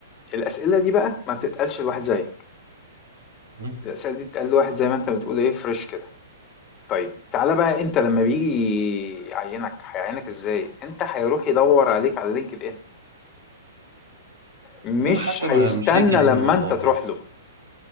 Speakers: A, on the left; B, on the right.
A: الاسئله دي بقى ما بتتقالش لواحد زيك
B: مم.
A: الاسئله دي بتتقال لواحد زي ما انت بتقول ايه فريش كده طيب تعالى بقى انت لما بيجي يعينك هيعينك ازاي انت هيروح يدور عليك على لينكد ان، مش
B: لا حتى
A: هيستنى
B: ما مش لينكد ان
A: لما
B: والله
A: انت تروح له